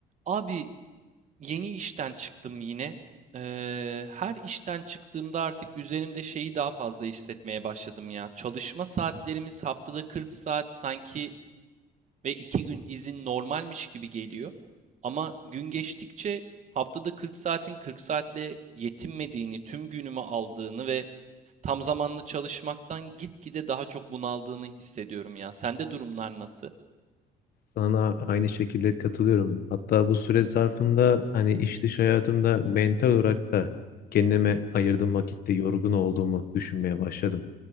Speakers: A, on the right; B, on the left.
A: Abi yeni işten çıktım yine. Eee, her işten çıktığımda artık üzerimde şeyi daha fazla hissetmeye başladım ya. Çalışma saatlerimiz haftada 40 saat sanki ve 2 gün izin normalmiş gibi geliyor. Ama gün geçtikçe haftada 40 saatin 40 saatle yetinmediğini, tüm günümü aldığını ve tam zamanlı çalışmaktan gitgide daha çok bunaldığını hissediyorum ya. Sende durumlar nasıl?
B: Sana aynı şekilde katılıyorum. Hatta bu süre zarfında hani iş dış hayatımda mental olarak da kendime ayırdığım vakitte yorgun olduğumu düşünmeye başladım.